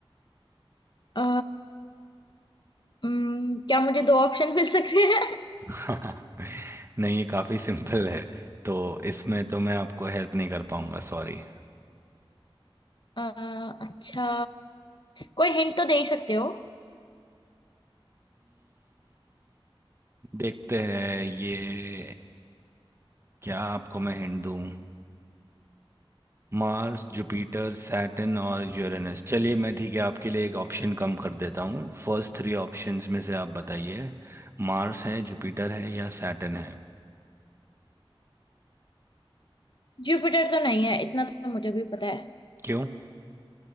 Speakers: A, on the left; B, on the right.
A: अ, हम्म, क्या मुझे दो ऑप्शन <laughs> मिल सकते हैं
B: <laughs> नहीं ये काफी सिंपल है तो इसमें तो मैं आपको हेल्प नहीं कर पाऊंगा सॉरी
A: <laughs> अ, अच्छा कोई हिंट तो दे ही सकते हो
B: देखते हैं ये क्या आपको मैं हिंट दूं मार्स जुपिटर सैटर्न और यूरेनस चलिए मैं ठीक है आपके लिए एक ऑप्शन कम कर देता हूँ फर्स्ट थ्री ऑप्शंस में से आप बताइए मार्स है जुपिटर है या सैटर्न है
A: जुपिटर तो नहीं है इतना तो मुझे भी पता है
B: क्यों